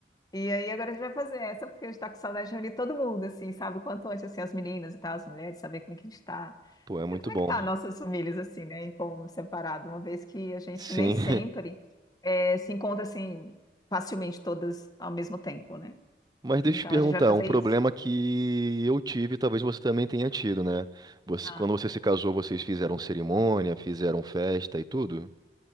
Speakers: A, on the left; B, on the right.
A: E aí agora a gente vai fazer essa, porque a gente tá com saudade de reunir todo mundo, assim, sabe? O Quanto antes, assim, as meninas e tal, as mulheres, saber como é que a gente tá.
B: Pô, é muito
A: é, Como
B: bom.
A: é que tá nossas famílias, assim, né? Em como separado, uma vez que a gente
B: Sim.
A: nem sempre
B: <laughs>
A: eh, se encontra, assim, facilmente todas ao mesmo tempo, né?
B: Mas deixa
A: Então
B: eu te perguntar,
A: a gente vai fazer
B: um problema
A: isso.
B: que eu tive, talvez você também tenha tido, né? Você-
A: Ah,
B: quando você se casou, vocês fizeram cerimônia, fizeram festa e tudo? Tudo.